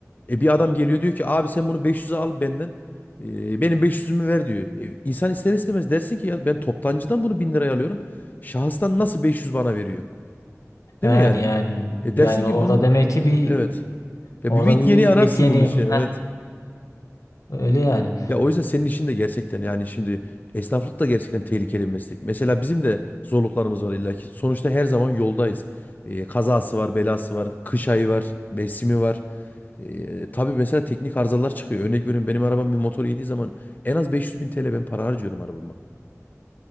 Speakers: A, on the left; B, on the left.
A: e, bir adam geliyor diyor ki abi sen bunu 500'e al benden e, benim 500'ümü ver diyor. E, insan ister istemez dersin ki ya ben toptancıdan bunu 1000 liraya alıyorum. Şahıstan nasıl 500 bana veriyor?
B: Yani
A: Değil mi yani?
B: yani yani.
A: E dersin
B: Yani
A: ki
B: orada
A: bunun
B: demek ki bir
A: evet. Ya
B: orada
A: bir bit
B: bir,
A: yeni
B: bir
A: ararsın
B: bit yeni.
A: bunun için evet.
B: Heh, öyle yani.
A: Ya o yüzden senin işin de gerçekten yani şimdi esnaflık da gerçekten tehlikeli bir meslek. Mesela bizim de zorluklarımız var illaki. Sonuçta her zaman yoldayız. Ee, kazası var, belası var, kış ayı var, mevsimi var. Ee, tabii mesela teknik arızalar çıkıyor. Örnek veriyorum benim arabam bir motor yediği zaman en az 500 bin TL ben para harcıyorum arabama.